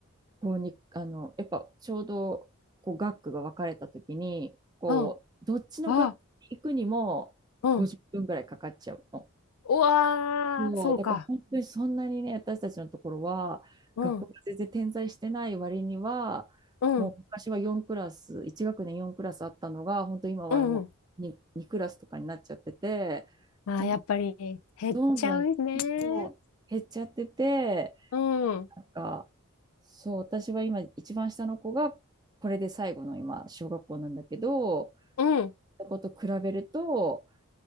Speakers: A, on the right; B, on the left.
A: こうに、あの、やっぱちょうど、こう、学区が分かれたときに、こう、
B: うん、
A: どっちの学区に行くにも50分ぐらいかかっちゃうの。
B: あ、うん。うわー、
A: そう、
B: そうか。
A: だから本当にそんなにね、私たちのところは、
B: うん、
A: 学校が全然点在してない割には、
B: うん、
A: もう昔は4クラス、1学年4クラスあったのが、本当今はもう
B: うん、うん。
A: 2, 2クラスとかになっちゃってて、
B: まあ、
A: もう
B: やっぱり減っちゃうね。
A: どんどんそう減っちゃってて、
B: うん、う
A: なんか、そう、私は今、一番下の子が、これで最後の今、小学校なんだけど、
B: ん。
A: そこと比べると、